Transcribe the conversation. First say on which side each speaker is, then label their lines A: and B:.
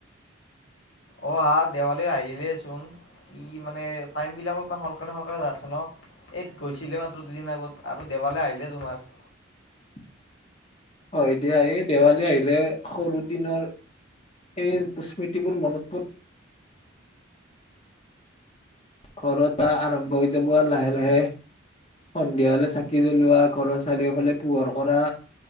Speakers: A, on the left (about 75°); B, on the left (about 30°).
A: অ হা দেৱালী আহিলেই চোন কি মানে টাইম বিলাক সোনকালে সোনকালে যাইছে ন এ গৈছিলে মাত্ৰ দুদিন আগত আৰু দেৱালে আহিলে তোমাৰ।
B: <inaudible> হয় এতিয়া এই দেৱালী আহিলে সৰু দিনৰ এই স্মৃতিবোৰ মনত পোৰ ঘৰৰ পৰা আৰম্ভ হৈ যাব লাহে লাহে। সন্ধিয়া হলে চাকি জ্বলোৱা ঘৰৰ চাৰিওফালে পোহৰ কৰা।